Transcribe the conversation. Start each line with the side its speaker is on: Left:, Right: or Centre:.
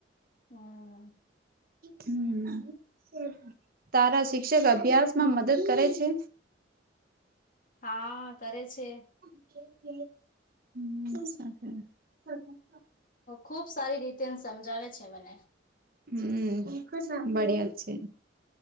Left: હમ
Right: હમ એ તારા શિક્ષક અભ્યાસમાં મદદ કરે છે.
Left: હા કરે છે
Right: હમ
Left: ખુબ સારી રીતે એ સમજાવે છે મને
Right: હમ બાળી જ છે.